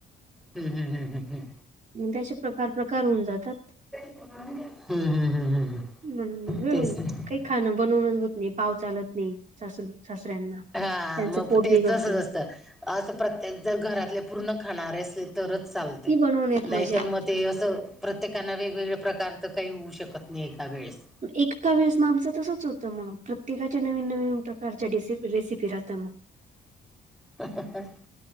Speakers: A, in the centre; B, on the right.
A: हम् हम् हम हम हम्.
B: त्या असे प्रकार प्रकार होऊन जातात.
A: हम्म हम् हम्म हम्म
B: म्हणून मग
A: हम
B: वेळ
A: तेच आहे.
B: काही खाणं बनवूनच होत नाही पाव चालत नाही सास सासऱ्यांना
A: हा
B: त्यांचं
A: मग
B: पोट
A: तेच
B: बिघडतं
A: तसंच असतं असं प्रत्येक जर घरातले पूर्ण खाणारे असले. तरच चालते
B: ती बनवण्यात
A: नाहीतर
B: मजा
A: मग ते असं. प्रत्येकाना वेगवेगळ प्रकार तरं काही होऊ शकत नाही एका वेळेस
B: एका वेळेस मग आमचं तसंच होतं मग प्रत्येकाच्या नवीन नवीन प्रकारच्या रसि रेसिपी राहत मग.
A: <unintelligible>